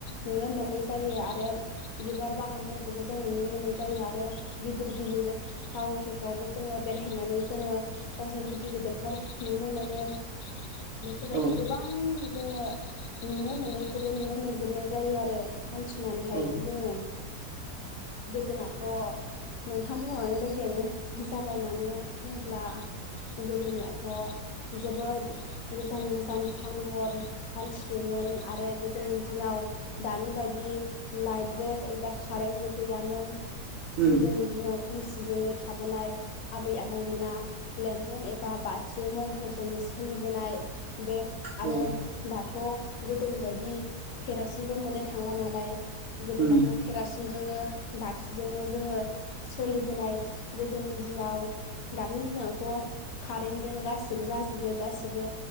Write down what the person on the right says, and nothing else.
औ
औ
उम
औ
उम